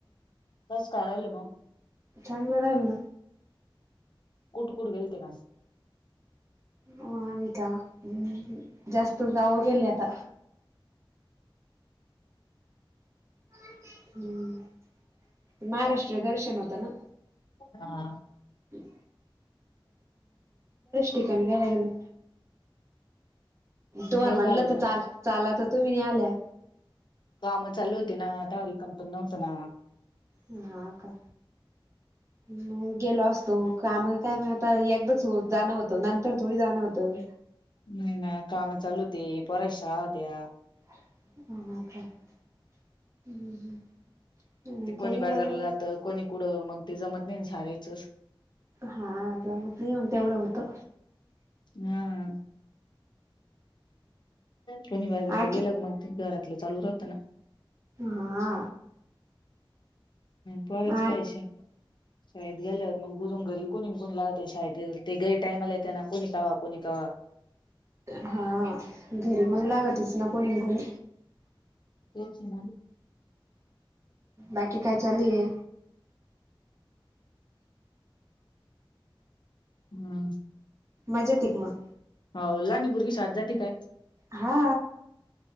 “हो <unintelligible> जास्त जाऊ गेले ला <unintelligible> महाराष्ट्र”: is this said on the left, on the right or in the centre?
Right